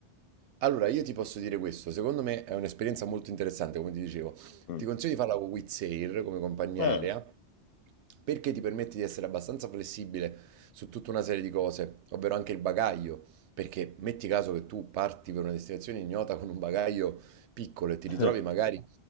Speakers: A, on the right; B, on the left.
A: Allora, io ti posso dire questo, secondo me è un'esperienza molto interessante, come ti dicevo.
B: Mm.
A: Ti consiglio di farla con Wizz Air come compagnia
B: Ah.
A: aerea, perché ti permette di essere abbastanza flessibile su tutta una serie di cose, ovvero anche il bagaglio, perché metti caso che tu parti per una destinazione ignota con un bagaglio piccolo e ti
B: <laughs>
A: ritrovi magari